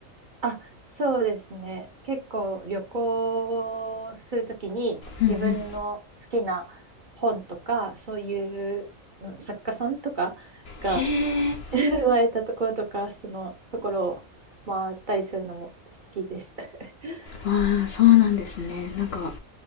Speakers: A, on the right; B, on the left.
A: あ、そうですね。結構旅行するときに自分の好きな本とか、
B: うんうん
A: そういううん作家さんとかが
B: へえ
A: 生まれたところとか、そのところを回ったりするのも好きです。<laughs>
B: ああそうなんですねなんか